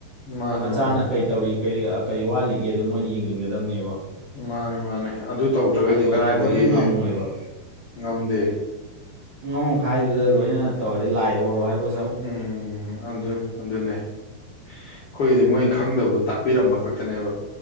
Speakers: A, on the left; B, on the right.
A: ꯃꯥꯅꯦ
B: ꯑ ꯃꯆꯥꯅ
A: ꯃꯥꯅꯦ
B: ꯀꯩ ꯇꯧꯔꯤ ꯀꯔꯤ ꯀꯔꯤ ꯋꯥꯠꯂꯤꯒꯦꯗꯣ ꯃꯣꯏꯅ ꯌꯦꯡꯁꯤꯟꯒꯗꯕꯅꯦꯕ
A: ꯃꯥꯅꯦ ꯃꯥꯅꯦ ꯑꯗꯨ ꯇꯧꯗ꯭ꯔꯒꯗꯤ
B: ꯍꯥꯏꯗꯤ ꯑꯣꯖꯥꯅ
A: ꯀꯗꯥꯥꯏꯗꯒꯤ
B: ꯂꯣꯏꯅ ꯉꯝꯃꯣꯏꯕ
A: ꯉꯝꯗꯦ
B: ꯑꯉꯣꯈꯥꯏꯗꯨꯗ ꯂꯣꯏꯅ ꯇꯧꯔꯗꯤ ꯂꯥꯏ ꯑꯣꯜꯂꯣ ꯍꯥꯏꯕ
A: ꯎꯝ ꯑꯗꯨꯗ ꯑꯗꯨꯅꯦ ꯑꯩꯈꯣꯏꯗꯤ ꯃꯣꯏꯅ ꯈꯪꯗꯕꯗꯣ ꯇꯥꯛꯄꯤꯔꯝꯕ ꯈꯛꯇꯅꯦꯕ